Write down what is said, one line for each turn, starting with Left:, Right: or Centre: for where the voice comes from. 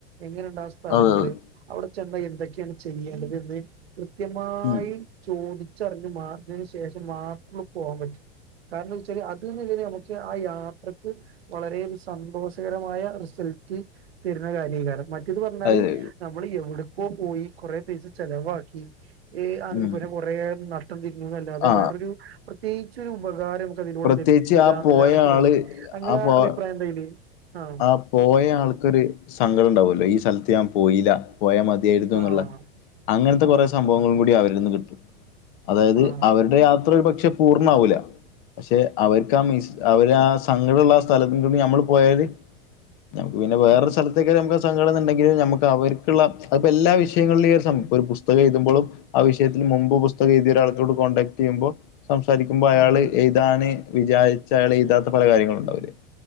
Right: എങ്ങനെണ്ടാസ് സ്ഥലങ്ങള്
Left: അതെ അതെ
Right: അവിടെ ചെന്നാ എന്തൊക്കെയാണ് ചെയ്യേണ്ടത് എന്ന് കൃത്യമായി
Left: ഉം
Right: ചോദിച്ചറിഞ്ഞ് മാറിയതിന് ശേഷം മാത്രം പോകാൻ പറ്റ് കാരണംന്ന് വെച്ചാല് അത്ൽന്ന് പക്ഷേ ആ യാത്ര- ക്ക് വളരെ സന്തോഷകരമായ റിസൾട്ട് തരുന്ന കാര്യക്കെയാണ് മ റ്റേത് പറഞ്ഞാല്
Left: അതെ
Right: നമ്മള് എവിടക്കോ പോയി കൊറെ പൈസ ചെലവാക്കി അങ്പ്പന്നെ
Left: ഉം
Right: കൊറെ നട്ടം തിരിഞ്ഞു അല്ലാതെ
Left: ആ
Right: വേറൊരു പ്രത്യേകിച്ചൊരു ഉപകാരം അതിലൂടെ
Left: പ്രത്യേകിച്ച്
Right: ലഭിക്കൂലാന്നുള്ളതാണ്
Left: ആ പോയ
Right: എനിക്ക്
Left: ആള്
Right: തോന്നണത് ഇങ്ങളെ
Left: ആ പോ
Right: അഭിപ്രായം എന്താ അയില് ആഹ് -
Left: ആ പോയ ആൾക്കൊരു സങ്കടണ്ടാവുമല്ലോ ഈ സ്ഥലത്ത് ഞാൻ പോയില്ല പോയാൽ മതിയായിരുന്നു എന്നുള്ള
Right: ആഹ്
Left: അങ്ങനത്തെ
Right: ആഹ്
Left: കുറെ സംഭവങ്ങളും കൂടി അവരിന്ന് കിട്ടും അതായത്
Right: ആഹ്
Left: അവരുടെ യാത്ര ഒരു പക്ഷെ പൂർണ്ണമാവൂല പക്ഷെ അവർക്ക് ആ മി അവര് ആ സങ്കടമുള്ള ആ സ്ഥലത്തിണ്ട് ഞമ്മള് പോയല്- നമുക്ക് പിന്നെ വേറൊരു
Right: ആഹ് ആഹ്
Left: സ്ഥലത്തേക്കെ നമുക്ക് സഘടന്നുണ്ടെങ്കില നമുക്ക് അവർക്കുള്ള അതിപ്പ എല്ലാ വിഷയം- വിഷയങ്ങളിലീ ഒരു സംഭവം ഒരു പുസ്തകം എഴുതുമ്പളും ആ വിഷയത്തിൽ മുമ്പ് പുസ്തകംയെഴുതി ഒരാൾളോട് കോണ്ടടാക്ട് ചെയ്യുമ്പൊ- സംസാരിക്കുമ്പോ
Right: ആഹ്
Left: അയാള് എഴുതാന് വിചാരിച്ച അയാള് എഴുതാത്ത പല കാര്യങ്ങളുണ്ടാവില്ലേ